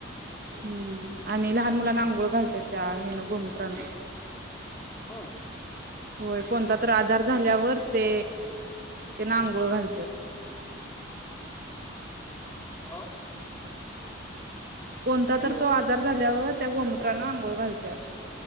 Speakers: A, on the right; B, on the left.
A: हम्म आणि लहान मुलांना आंघोळ घालत्यात त्या हेन गोमुत्रान.
B: हो
A: होय कोणता तर आजार झाल्यावर ते ते आंगोळ घालत्यात.
B: अ
A: कोणता
B: हॅलो
A: तर तो आजार झाल्यावर त्या गोमूत्रान आंघोळ घालत्यात.